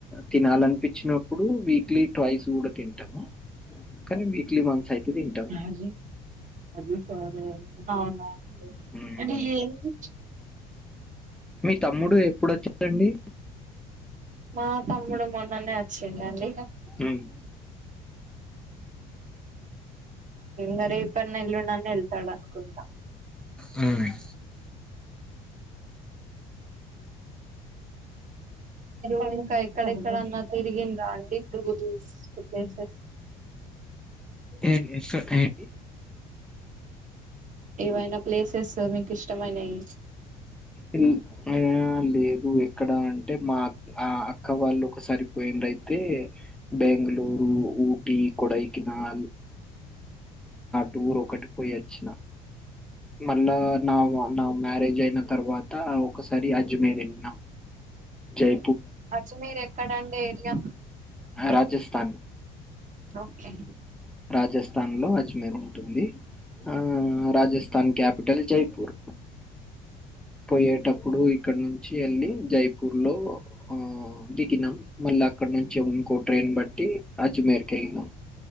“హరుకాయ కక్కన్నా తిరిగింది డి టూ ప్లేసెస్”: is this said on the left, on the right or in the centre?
Right